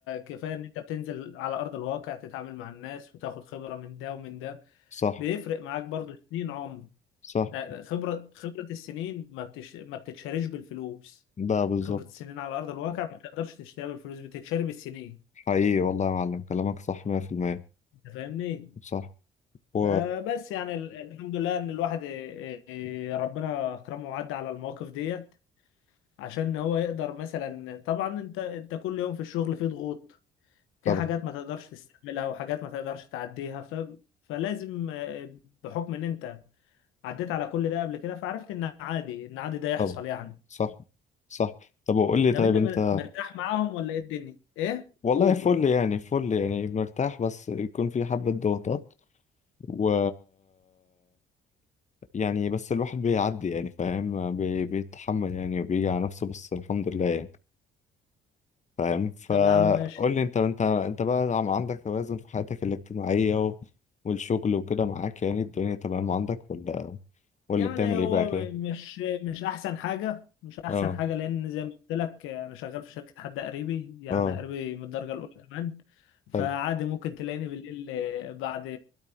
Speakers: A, on the left (about 85°); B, on the left (about 35°).
A: كفايه ان انت بتنزل على ارض الواقع تتعامل مع الناس وتاخد خبره من ده ومن ده
B: صح
A: بيفرق معاك برضه سنين عمر
B: صح
A: لا، خبره خبره السنين ما بتش... ما بتتشاريش بالفلوس
B: ده بالظبط
A: خبره السنين على ارض الواقع ما تقدرش تشتريها بالفلوس بتتشاري بالسنين
B: حقيقي والله يا معلم كلامك صح 100%
A: انت فاهمني
B: صح و
A: فبس يعني ال- الحمد لله ان الواحد إيه، إيه، ربنا اكرمه وعدى على المواقف ديت عشان هو يقدر مثلا طبعا انت انت كل يوم في الشغل في ضغوط في
B: طبعا
A: حاجات ما تقدرش تستحملها وحاجات ما تقدرش تعديها ف فلازم آه، بحكم ان انت عديت على كل ده قبل كده فعرفت ان عادي ان عادي ده يحصل
B: طبعا
A: يعني
B: صح صح طب وقول لي
A: طب
B: طيب
A: انت
B: انت
A: مر- مرتاح معاهم ولا ايه الدنيا ايه
B: والله
A: قول
B: فل يعني فل يعني مرتاح بس يكون في حبة ضغوطات و يعني بس الواحد بيعدي يعني فاهم بي... بيتحمل يعني وبيجي على نفسه بس الحمد لله يعني فاهم فقول
A: طب يا عم ماشي
B: لي انت انت انت بقى عم عندك توازن في حياتك الاجتماعية و... والشغل وكده معاك يعني الدنيا تمام عندك ولا ولا
A: يعني
B: بتعمل
A: هو
B: ايه بقى كده؟
A: م- مش مش احسن حاجه مش احسن
B: اه
A: حاجه لان زي ما قلت لك انا شغال في شركه حد قريبي يعني
B: اه
A: قريبي من الدرجه الاولى كمان فعادي
B: حلو
A: ممكن تلاقيني بالليل بعد